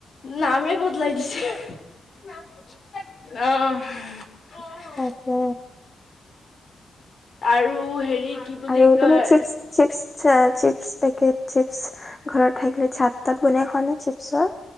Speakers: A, on the left (about 50°); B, on the left (about 20°).
A: নামে বদলাই দিছে, নামে বদলাই দিছে, অহ, অহ।
B: তাকে
A: আৰু। ত হেৰি। কি বুলি
B: আৰু
A: কয়
B: তুমি chips chips. Chips packet chips ঘৰত থাকিলে চাত তাত বনাই খোৱা নাই চিপছৰ?